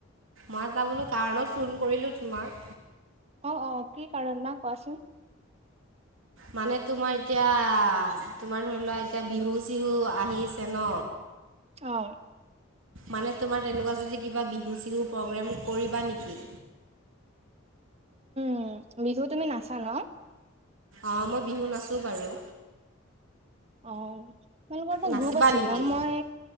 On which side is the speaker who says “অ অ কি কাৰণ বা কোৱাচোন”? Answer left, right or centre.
Right